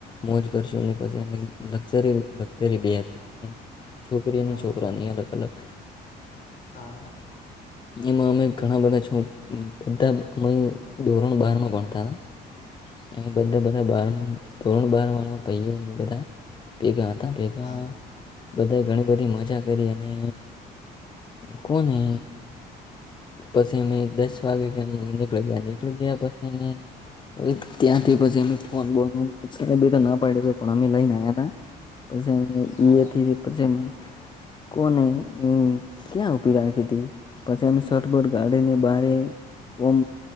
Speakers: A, on the left; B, on the left.
A: મોજ કરશુંને પ લક્ઝરી લક્ઝરી બે હતી છોકરીની
B: હા
A: એયા અલગ અલગ
B: હા હા.
A: એમાં અમે ઘણા બધા છ બધા અમે ધોરણ બારમાં ભણતા હતા. એમ
B: હમ
A: બધા બધા બાર ધોરણ બાર વાળા ભઇ ઓ બધા ભેગા હતા ભેગા
B: હા
A: બધા ઘણી બધી મજા કરી અને કોને પસે મે દસ વાગે કે નીકળી ગયા નીકળી ગયા પછી અમે હ ત્યાંથી પછી અમે ફોન બોન તો સાબે ના પાડીટિ પણ અમે લઈને આયાતા પછી
B: હા હા
A: પછી કોને ક્યાં ઉપી રાખી હતી પછી અમે શટબોર્ટ ગાઢીને બ ઓમ